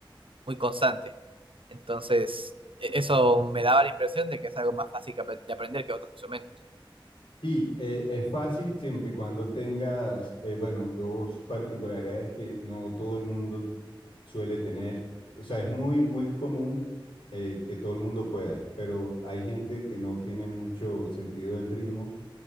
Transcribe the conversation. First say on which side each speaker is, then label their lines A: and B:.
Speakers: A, on the right; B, on the left.
A: muy constante. Entonces, e- eso me daba la impresión de que es algo más fácil que apre- de aprender que otros instrumentos.
B: sí, eh, es fácil siempre y cuando tengas, eh, bueno, dos particularidades que no todo el mundo suele tener. O sea, es muy, muy común eh, que todo el mundo pueda, pero hay gente que no tiene mucho sentido del ritmo